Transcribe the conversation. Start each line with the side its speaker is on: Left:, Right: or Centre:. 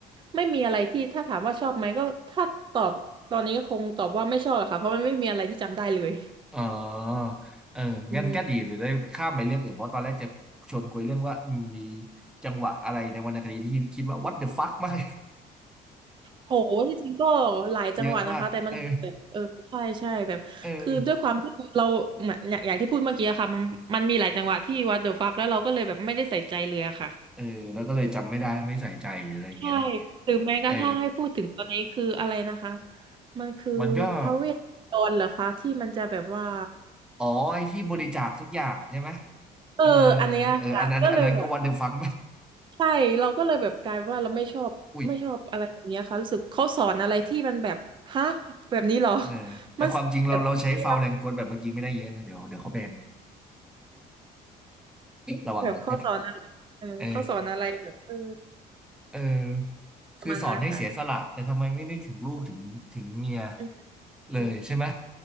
Right: ไม่มีอะไรที่ถ้าถามว่าชอบไหมก็ถ้าตอบตอนนี้ก็คงตอบว่าไม่ชอบอะค่ะเพราะมันไม่มีอะไรที่จำได้เลย
Centre: อ๋อเอองั้นก็ดีหรือได้ข้ามไปเรื่องอื่นเพราะตอนแรกจะชวนคุยเรื่องว่าอืมมี
Right: อืม
Centre: จังหวะอะไรในวรรณคดีที่คิดว่า what the fuck มาก
Right: โหที่จริงก็หลายจังหวัดนะคะแต่มันแบบเออใช่ใช่แบบคือด้วยความที่เราเหมือนอย่างอย่างที่พูดเมื่อกี้อะค่ะมันมันมีหลายจังหวัดที่วัดเดอะฟักแล้วเราก็เลยแบบไม่ได้ใส่ใจเลยอะค่ะ
Centre: <laughs> เยอะมากเออเออเออแล้วก็เลยจำไม่ได้ไม่ใส่ใจหรืออะไรอย่างเงี้ยนะ
Right: ใช่หรือแม้กระทั่งให้พูดถึงตอนนี้คืออะไรนะคะ
Centre: เออ
Right: มันคือพระเวทตนดรเหรอคะที่มันจะแบบว่า
Centre: มันก็อ๋อไอ้ที่บริจาคทุกอย่างใช่ไหม
Right: เอออันเนี้ยค่ะก็เลยแบบ
Centre: เออเอออันนั้นอันนั้นก็วันเดอร์ฟัง
Right: ใช่เราก็เลยแบบกลายเป็นว่าเราไม่ชอบไม่ชอบอะไรแบบเนี้ยค่ะรู้สึกเขาสอนอะไรที่มันแบบฮะแบบนี้เหรอ
Centre: อุ้ยเออแต่ความจริงเราเราใช้ฟาวล์แรงกดแบบเมื่อกี้ไม่ได้เยอะนะเดี๋ยวเดี๋ยวเขาแบน
Right: <laughs> มันสอนแบบเรียบ
Centre: <laughs> ระวังเลย
Right: แบบเขาสอนอะไรเออเขาสอนอะไรแบบเออ
Centre: เออเออคือสอนให้เสียสละแต่ทำไมไม่นึกถึงลูกถึงถึงเมีย
Right: ประมาณนั้นนะค่ะอ
Centre: เลยใช่ไหม
Right: ืม